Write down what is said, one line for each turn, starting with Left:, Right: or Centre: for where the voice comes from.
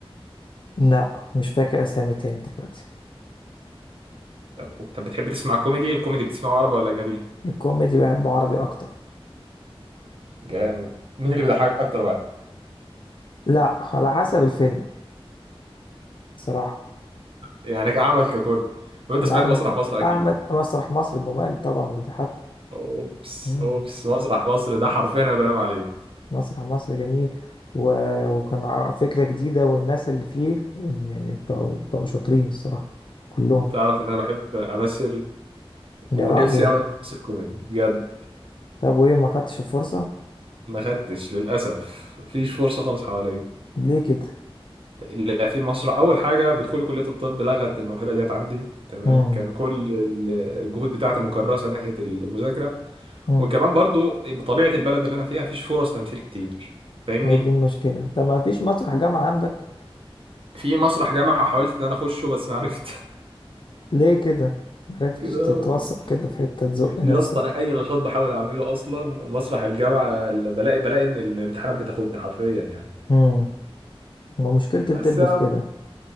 Left: لا مش فاكر اسامي تاني دلوقتي
Right: طب طب بتحب تسمع كوميدي؟ الكوميدي بتسمعه عربي ولا أجنبي؟
Left: الكوميدي بحب عربي اكتر
Right: جامد مين
Left: مش
Right: اللي
Left: عارف
Right: بيضحكك اكتر واحد
Left: لا على حسب الفيلم صراحة
Right: يعني كعمل ككل لو أنت
Left: انا
Right: سمعت
Left: احمد
Right: مسرح مصر أكيد
Left: احمد مسرح مصر جمال طبعا وبيضحكوا
Right: أوبس
Left: مم.
Right: أوبس مسرح مصر ده
Left: مصر
Right: حرفيا أنا بنام عليه
Left: مسرح مصر جميل و... وكان ع- فكرة جديدة والناس اللي فيه يعني بتوع بتوع شاطرين الصراحة كلهم
Right: تعرف إن أنا بحب أمثل ونفسي
Left: يا راجل
Right: أوي إن أنا أمثل كوميدي بجد
Left: طب وايه ما خدتش الفرصة
Right: ما خدتش للأسف مفيش فرصة خالص حواليا
Left: ليه كده
Right: اللي في مصر اول حاجه بدخولي كليه الطب لغت الموهبه ديت عندي تمام
Left: مم.
Right: كان كل الجهود بتاعتي مكرسه ناحيه المذاكره
Left: مم.
Right: وكمان برضو بطبيعه البلد اللي انا فيها مفيش فرص تمثيل كتير فاهمني
Left: هي دي المشكلة طب ما فيش مسرح جامعة عندك
Right: في مسرح جامعه حاولت ان انا اخشه بس ما عرفت <laughs>
Left: ليه كده معرفتش
Right: كده
Left: تتوثق
Right: هو ده.
Left: كده في حتة تزق نفسك
Right: يا اسطى انا اي نشاط بحاول اعمله اصلا مسرح الجامعه اللي بلاقي بلاقي ان الامتحانات بتاخدني حرفيا يعني
Left: امم ما مشكلة الطب
Right: بس يا
Left: في
Right: عم
Left: كده